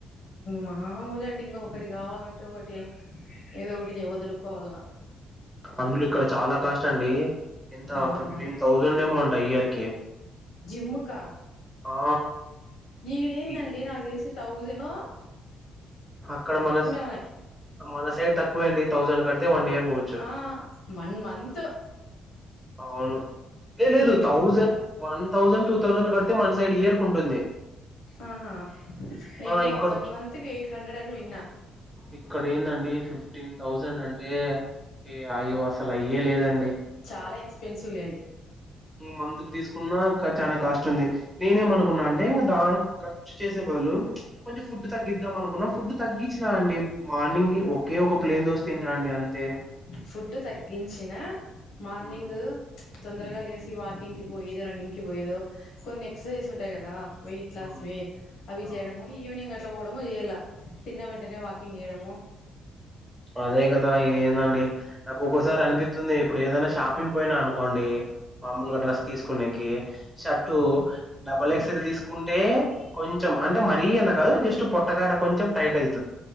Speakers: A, on the left; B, in the centre.
A: మామూలుగా అండి ఇంక ఒకటి కావాలంటే ఒకటి ఏదో ఒకటి వదులుకోవలా
B: అందులో ఇక్కడ చాలా కాస్ట్ అండి ఎంత
A: అవునవును
B: ఫిఫ్టీన్ థౌసండ్ సాండ్ ఏమో అంట ఇయర్ కి
A: జిమ్కా
B: ఆ
A: ఈడ ఏందండి
B: ఈ
A: నాకు తెలిసి థౌజనో
B: అక్కడ మన
A: ఉన్నాయి
B: మన సైడ్ తక్కువే అండి థౌసండ్ కడితే వన్ ఇయర్ పోవచ్చు
A: ఆ వన్ మంత్
B: అవును ఏ లేదు
A: eight
B: thousand one thousand two thousand కడితే మన సైడ్ ఇయర్ కు ఉంటుంది
A: ఆహా ఏమో
B: ఆ ఇక్కడ
A: వన్
B: చు
A: మంత్ కి ఎయిట్ హండ్రెడ్ అని విన్నా
B: ఇక్కడ ఏందండి ఫిఫ్టీన్ థౌజండ్ అంటే ఏ అయ్యో అసల్ అయ్యే లేదండి
A: చాలా ఎక్స్పెన్సివ్ లేండి.
B: మందుకు తీసుకున్నా కా చానా కాస్ట్ ఉంది. నేనేం అనుకున్నా అంటే ఇంకా దాన్ ఖర్చు చేసే బదులు. కొంచెం ఫడ్ తగ్గిద్దాం అనుకున్నా ఫుడ్ తగ్గించినా అండి. మార్నింగ్ ఒకే ఒక ప్లేన్ దోశ తింటా అండి అంతే.
A: ఫుడ్ తగ్గించిన మార్నింగు.
B: ఉమ్,
A: తొందరగా
B: ఉమ్,
A: లేసి వాకింగ్ కి పోయేదే రన్నింగ్ కి పోయేదో కొన్ని ఎక్సర్సైజ్ ఉంటాయి కదా. వెయిట్లాస్వి
B: ఉమ్,
A: అవి
B: ఆ
A: చేయడము. ఈవినింగ్ అట్లా పోవడము చేయాల తిన్న వెంటనే వాకింగ్ చేయడము.
B: అదే కదా ఏదా. డి నాకు ఒగోసార్ అనిపితుంది ఇప్పుడు ఏదైనా షాపింగ్ పోయినా అనుకోండి. మామూలుగా డ్రెస్ తీసుకునేనికి షర్టు. డబల్ ఎక్స్ ఎల్ తీసుకుంటే కొంచెం అంటే మరీ అంతా కాదు జస్ట్ పొట్టకాడ కొంచెం టైట్ అయ్యి.